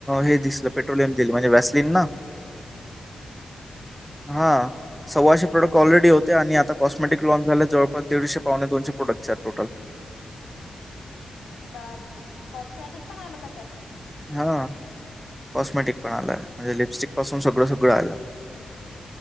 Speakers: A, in the centre; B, on the left.
A: हे दिसलं पेट्रोलियम जेल म्हणजे व्हॅसलीन ना? हा
B: ह ह ह
A: सव्वाशे प्रोडक्ट ऑलरेडी होते आणि आता कॉस्मेटिक लॉन्च झाले जवळपास दीडशे पावणे दोनशे प्रोडक्ट्स आहेत टोटल.
B: बापरे! कॉस्मॅटिक पण आल का त्यात?
A: हा. कॉस्मेटिक पण आल. म्हणजे लिपस्टिक पासून सगळं सगळं आलं.